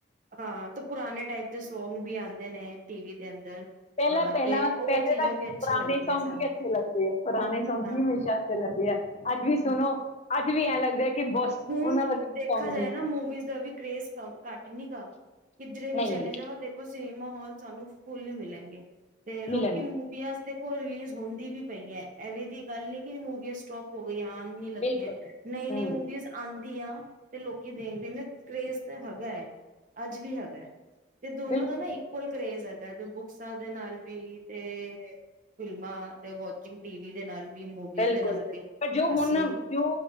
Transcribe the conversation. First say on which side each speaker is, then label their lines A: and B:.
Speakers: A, on the right; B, on the left.
A: ਹਾਂ ਤੇ ਪੁਰਾਣੇ ਟਾਈਪ ਦੇ ਸੌਂਗ ਵੀ ਆਉਂਦੇ ਨੇ ਟੀ ਵੀ ਦੇ ਅੰਦਰ
B: <unintelligible> ਪਹਿਲਾਂ
A: ਅਹ
B: ਪਹਿਲਾਂਹਿ
A: ਤੇ ਉਹ ਚੀਜ਼ਾਂ
B: ਤਾਂ
A: ਵੀ ਅੱਛੀ
B: ਪੁਰਾਣੇ
A: ਲੱਗਦੀਆਂ
B: ਸੌਂਗ
A: ਸਾਨੂੰ
B: ਹੀ ਅੱਛੇ ਲੱਗਦੇ ਆ ਪੁਰਾਣੇ ਸੌਂਗ
A: ਹਾਂ
B: ਵੀ ਹਮੇਸ਼ਾ ਅੱਛੇ ਲੱਗਦੇ ਆ ਅੱਜ ਵੀ ਸੁਣੋ
A: ਹਾਂ
B: ਅੱਜ ਵੀ ਐਂ ਲੱਗਦਾ ਕਿ ਬਸ
A: ਹੁਣ
B: ਉਹਨਾਂ ਵਰਗੇ
A: ਦੇਖਾ
B: ਕੋਈ ਸੌਂਗ
A: ਜਾਏ
B: ਨਹੀਂ
A: ਨਾ
B: ਹੈ
A: ਮੂਵੀਜ਼ ਦਾ ਵੀ ਕਰੇਜ ਘੱਟ ਇਨੀ ਕਾ ਕਿੱਧਰੇ ਵੀ
B: ਨਹੀਂ
A: ਚਲੇ ਜਾਓ ਦੇਖੋ ਸਿਨੇਮਾ ਹਾਲ ਸਾਨੂੰ ਫੁੱਲ ਹੀ ਮਿਲਣਗੇ ਤੇ ਲੋਕੀ
B: ਮਿਲਣਗੇ
A: ਮੂਵੀਆਂ ਦੇਖੋ ਰਿਲੀਜ਼ ਹੁੰਦੀ ਵੀ ਪਈ ਹੈ ਐਵੇਂ ਦੀ ਗੱਲ ਨੀ ਕਿ ਮੂਵੀਆਂ ਸਟੋਪ ਹੋ ਗਈਆਂ ੀ ਲੱਗੀਆਂ
B: ਬਿਲਕੁਲ
A: ਨਈ ਨਈ
B: ਹੂੰ
A: ਮੂਵੀਜ਼ ਆਦੀ ਆ ਤੇ ਲੋਕੀ ਦੇਖਦੇਦੇ ਕਰੇਜ਼ ਤਾਂ ਹੈਗਾ ਹੈ ਅੱਜ ਵੀ ਹੈਗਾ ਹੈ ਤੇ ਦੋਨੋ
B: ਬਿਲਕੁਲ
A: ਦਾ ਨਾ
B: ਸਹੀ
A: ਇਕੁਅਲ
B: ਹੈ
A: ਕਰੇਜ ਹੈਗਾ ਬੁਕਸਾਂ ਦੇ ਨਾਲ ਵੀ ਤੇ ਫਿਲਮਾਂ ਤੇ ਵਾਚਿੰਗ ਟੀਵ ਦੇ ਨਾਲ ਵੀ ਮੂਵੀਜ਼
B: ਬਿਲਕੁਲ
A: ਦੇ ਨਾਲ
B: ਬਿਲਕੁਲ
A: ਵੀ
B: ਪਰ ਜੋ
A: ਅਸੀਂ
B: ਹੁਣ ਜੋ